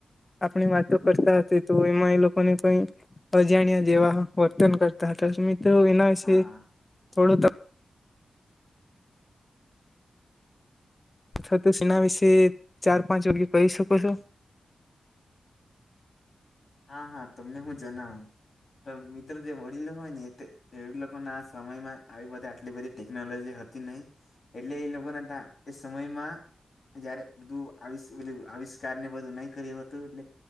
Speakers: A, on the left (about 20°); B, on the left (about 45°).
A: આપણી વાતો કરતા હશે તો એમાં એ લોકોને કઈ અજાણ્યા જેવા વર્તન કર તા હતા તો મિત્રો એના વિશે
B: હા
A: થોડું તમ અથવા તો સેના વિશે ચાર પાંચ વાકય કહી શકો છો?
B: હા હા તમને હું જણાવું તો મિત્ર જે વડીલો હોય ને તે એ લોકોના આ સમયમાં આવી બધી આટલી બધી ટેકનોલોજી હતી નઈ. એટલે એ લોકોના તા એ સમયમાં જયારે બધું આવિષ પેલું આવિષ્કાર ને બધું નઈ કર્યું હતું એટલે